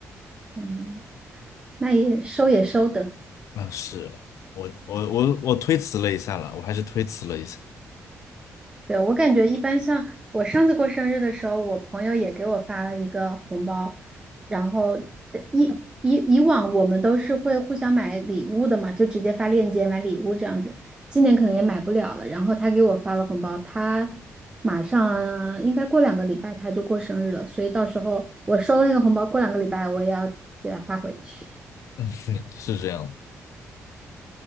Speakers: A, on the right; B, on the left.
A: 嗯，那也收也收的。
B: 啊，是我我我我推辞了一下啦，我还是推辞了一下，
A: 对，我感觉一般像我上次过生日的时候，我朋友也给我发了一个红包，然后呃以以以往我们都是会互相买礼物的嘛，就直接发链接买礼物这样子。今年可能也买不了了，然后他给我发了红包，他马上应该过两个礼拜他就过生日了，所以到时候我收了那个红包，过两个礼拜我也要给他发回去。
B: <laughs> 是这样的。